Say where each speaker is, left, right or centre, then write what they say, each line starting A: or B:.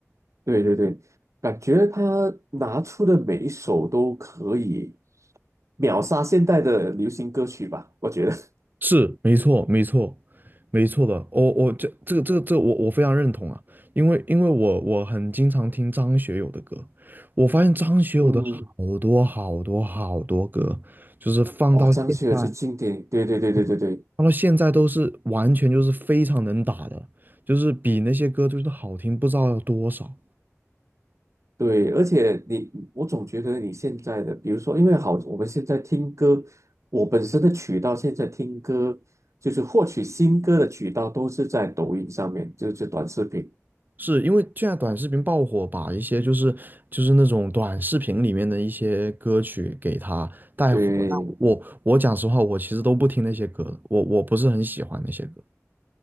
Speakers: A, on the right (about 65°); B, on the right (about 35°).
A: 对对对，感觉他拿出的每一首都可以秒杀现代的流行歌曲吧，我觉得。<laughs>
B: 是，没错，没错，没错的。我我这这个这个这个我我非常认同啊，因为因为我我很经常听张学友的歌，我发现张学友的好多好多好多歌，
A: 嗯，
B: 就是放到现在，
A: 哦，张学友是经典，对对对对对对
B: 嗯放到现在都是完全就是非常能打的，就是比那些歌就是好听不知道要多少。
A: 对，而且你，我总觉得你现在的，比如说，因为好，我们现在听歌，我本身的渠道现在听歌，就是获取新歌的渠道都是在抖音上面，就是短视频。
B: 是因为现在短视频爆火，把一些就是就是那种短视频里面的一些歌曲给它带火。
A: 对，
B: 但我我讲实话，我其实都不听那些歌的，我我不是很喜欢那些歌。